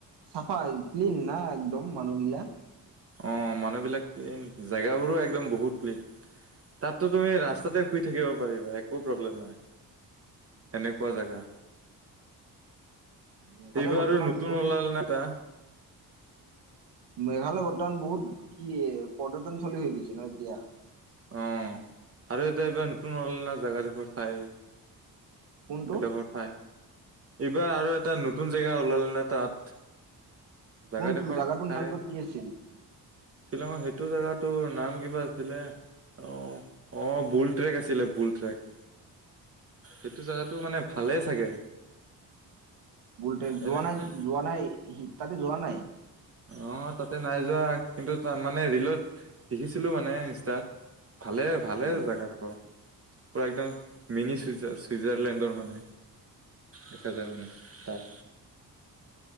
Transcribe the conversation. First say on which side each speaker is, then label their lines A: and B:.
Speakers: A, on the right; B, on the right.
A: চাফাই ক্লিন নাই একদম মানুহ গিলা।
B: অ, মানুহবিলাক ক্লিন জেগাবোৰো একদম বহুত ক্লিন। তাতো তুমি ৰাস্তাতে শুই থাকিব পাৰিবা একো প্ৰব্লেম নাই। এনেকুৱা জোগা
A: মেঘালয়
B: এইবাৰ
A: বৰ্তমান
B: নতুন
A: বহুত
B: ওলাল ন, টা
A: মেঘালয় বৰ্তমান বহুত কি পৰ্যটন চলি হৈ গৈছে ন, এতিয়া।
B: অ, আৰু এটা এইবাৰ নতুন অনা জেগাডোখৰ ঠাই।
A: কোনটো
B: এডোখৰ ঠাই এইবাৰ আৰু এটা নতুন জেগা ওলাল নে তাত। জেগাডোখৰ
A: কোনটো জাগাটোৰ
B: ঠাই
A: নামটো কি আছিল?
B: শ্বিলঙৰ সেইটো জেগাটো নাম কিবা আছিলে। অ', অ', বুল ট্ৰেক আছিলে বুল ট্ৰেক সেইটো জোগাত টো মানে ভালে চাগে।
A: বুল ট্ৰেক
B: এনে
A: যোৱা নাই
B: মানে
A: যোৱা নাই ততে যোৱা নাই।
B: অ', তাতে নাই যোৱা কিন্তু ত মানে ৰিলত দেখিছিলো মানে ইনষ্টাত। ভালে ভালে
A: হয়
B: জোগাটো। পুৰা একদম মিনি চুইাৰ চুইজাৰলেণ্ডৰ মানে। দেখা যায় মানে তাত।